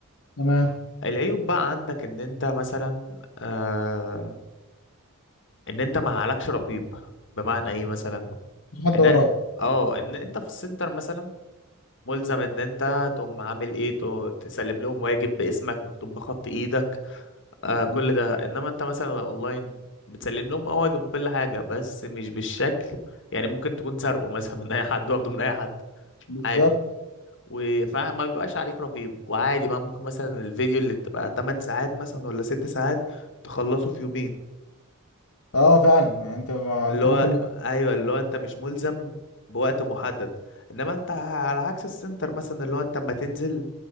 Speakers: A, on the left (about 75°); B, on the left (about 55°).
A: تمام
B: العيوب بقى عندك ان انت مثلا آه ان انت ما عليكش رقيب بمعنى ايه مثلا
A: مفيش حد
B: ان
A: وراك
B: اه ان انت في السنتر مثلا ملزم ان انت تقوم عامل ايه تو- تسلم لهم واجب باسمك مكتوب بخط ايدك آه
A: مم.
B: كل ده انما انت مثلا لو اونلاين بتسلم لهم اه واجب وكل حاجه بس مش بالشكل يعني ممكن تكون سارقه مثلا من اي حد واخده من اي حد
A: بالظبط
B: عادي و- فما بيبقاش عليك رقيب وعادي بقى ممكن مثلا الفيديو اللي تبقى 8 ساعات مثلا ولا 6 ساعات تخلصه في يومين
A: اه فعلا يعني انت ما...
B: اللي
A: انت
B: هو
A: ممكن ما...
B: ايوه اللي هو انت مش ملزم بوقت محدد انما انت على عكس السنتر مثلا اللي هو انت اما تنزل